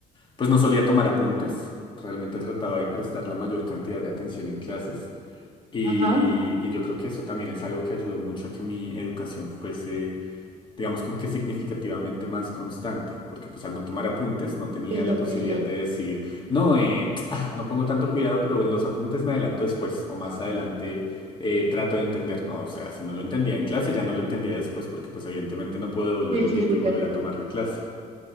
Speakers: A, on the left (about 30°); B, on the right (about 35°).
A: Pues no solía tomar apuntes, realmente trataba de prestar la mayor cantidad de atención en clases y,
B: Ajá,
A: y yo creo que eso también es algo que ayudó mucho a que mi educación fuese, digamos, como que significativamente más constante, porque pues al no tomar apuntes no tenía
B: Sí,
A: la
B: lo entiendo.
A: posibilidad de decir, no, eh, <tsk> ah, no pongo tanto cuidado, pero en los apuntes me adelanto después o más adelante eh, trato de entender, no, o sea, si no lo entendía en clase ya no lo entendía después porque pues evidentemente no puedo devolver
B: Sí,
A: el
B: sí,
A: tiempo
B: sí,
A: y volver
B: te
A: a
B: entiendo.
A: tomar la clase.